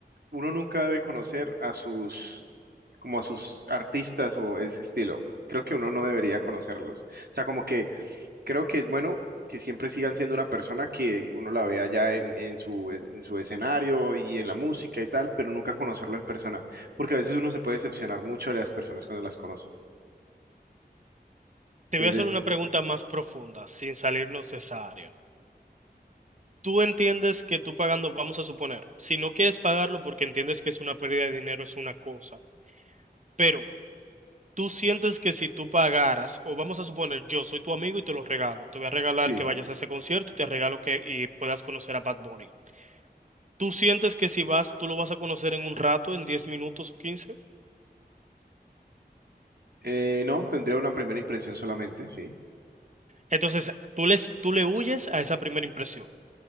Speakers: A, on the right; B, on the right.
A: uno nunca debe conocer a sus, como a sus artistas o ese estilo. Creo que uno no debería conocerlos. O sea, como que creo que es bueno que siempre sigan siendo una persona que uno la vea ya en, en su, es- en su escenario y en la música y tal, pero nunca conocerlo en persona. Porque a veces uno se puede decepcionar mucho de las personas cuando las conoce.
B: Te
A: Entonces,
B: voy a hacer una pregunta más profunda, sin salirnos de esa área. tú entiendes que tú pagando, vamos a suponer, si no quieres pagarlo porque entiendes que es una pérdida de dinero, es una cosa, pero tú sientes que si tú pagaras, o vamos a suponer, yo soy tu amigo y te lo regalo, te voy a regalar
A: sí.
B: que vayas a ese concierto y te regalo que y puedas conocer a Bad Bunny. Tú sientes que si vas, tú lo vas a conocer en un rato, en 10 minutos o quince.
A: Eh, no, tendría una primera impresión solamente, sí.
B: Entonces, tú les, tú le huyes a esa primera impresión.